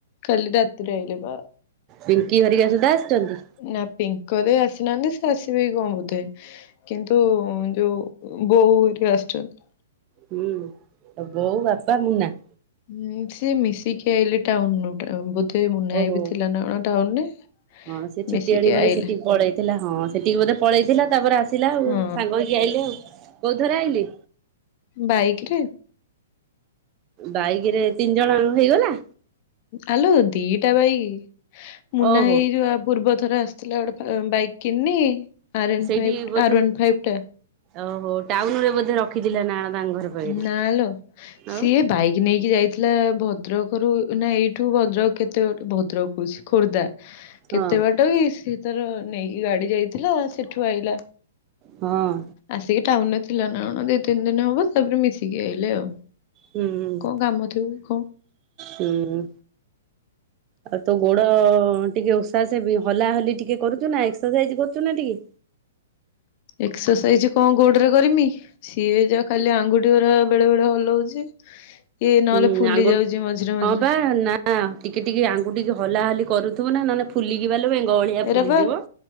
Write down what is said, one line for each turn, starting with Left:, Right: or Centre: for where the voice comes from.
Left: କାଲି ରାତିରେ ଆଇଲେ ବା
Right: ପିଙ୍କି ହେରିକା ସୁଦ୍ଧା ଆସିଛନ୍ତି
Left: ନା ପିଙ୍କ ଦେଇ ଆସିନାହାନ୍ତି ସେ ଆସିବେ କି କଣ ବୋଧେ କିନ୍ତୁ ଯୋଉ ବୋଉ ହାରିକା ଆସିଛନ୍ତି
Right: ହୁଁ ତୋ ବୋଉ ବାପା ମୁନା
Left: ହଁ ସିଏ ମିଶିକି ଆଇଲେ ଟାଉନ ରୁ ଟାଉନ ବୋଧେ ମୁନା ଭାଇ
Right: ଓହୋ।
Left: ବି ଥିଲା ନା କଣ ଟାଉନରେ
Right: ହଁ ସେ ଛୁଟିଆଣିକି
Left: ମିଶିକି
Right: ବୋଧେ
Left: ଆଇଲେ
Right: ସେଠିକି ପଳେଇଥିଲା ହଁ ସେଠିକି ବୋଧେ ପଳେଇଥିଲା ତାପରେ ଆସିଲା ଆଉ
Left: ହଁ
Right: ସାଙ୍ଗ ହେଇକି କି ଆଇଲେ ଆଉ କୋଉ ଥରେ ଆଇଲେ
Left: ବାଇକି ରେ
Right: ବାଇକି ରେ ତିନି ଜଣଙ୍କ ହେଇଗଲା
Left: ଆଲୋ ଦିଟା ବାଇକ୍ ମୁନା
Right: ଓହୋ
Left: ଭାଇ ଯୋଉ ଆ ପୂର୍ବ ଥର ଆସି ଥିଲା ଗୋଟେ ବାଇକ୍ କିଣିନି ଆର୍ ଏନ୍
Right: ସେଇଠି
Left: ଫାଇଫ୍
Right: ବୋଧେ
Left: ଆର ୱାନ ଫାଇଫ୍ ଟା
Right: ଓହୋ ଟାଉନ ରେ ବୋଧେ ରଖିଥିଲା ନା ତାଙ୍କ ଘର ପାଖରେ
Left: ନାଲୋ ସିଏ
Right: ଆଉ
Left: ବାଇକ ନେଇକି ଯାଇଥିଲା ଭଦ୍ରକରୁ ନା ଏଇଠୁ ଭଦ୍ରକ କେତେ ବାଟ ଭଦ୍ରକ କହୁଛି ଖୋର୍ଦ୍ଧା
Right: ହଁ
Left: କେତେ ବାଟ ଟୋଇ ସିଏ ତାର ନେଇକି ଗାଡି ଯାଇଥିଲା ସେଠୁ ଆଇଲା
Right: ହଁ
Left: ଆସିକି ଟାଉନ ରେ ଥିଲା ନା କଣ ଦି ତିନି ଦିନ ହବ ତାପରେ ମିଶିକି ଆଇଲେ ଆଉ
Right: ହୁଁ ହୁଁ
Left: କଣ କାମ ଥିବ କଣ
Right: ହୁଁ ଆଉ ତୋ ଗୋଡ ଟିକେ ଉଷାଉଷୀ ହଲା ହୋଲି ଟିକେ କରୁଛୁ ନା ଏକ୍ସରସାଇଜ କରୁଛୁ ନା ଟିକେ
Left: ଏକ୍ସରସାଇଜ କଣ ଗୋଡରେ କରିମି ସିଏ ଯା ଖାଲି ଆଙ୍ଗୁଠି ଆଙ୍ଗୁଠି ଗୁରା ବେଳେ ବେଳେ ହଲଉଛି ଇଏ ନହେଲେ
Right: ହୁଁ
Left: ଫୁଲି
Right: ଆଙ୍ଗୁ
Left: ଯାଉଛି ମଝିରେ ମଝିରେ
Right: ବା ନା ହଁ ଟିକେ ଟିକେ ଆଙ୍ଗୁଠିକି ହଲାହଲି କରୁଥିବୁ ନା ନହେଲେ ଫୁଲିକି ବାଲୋ ବେଙ୍ଗ ଭଳିଆ
Left: ଏରା
Right: ଫୁଲିଯିବ
Left: ବା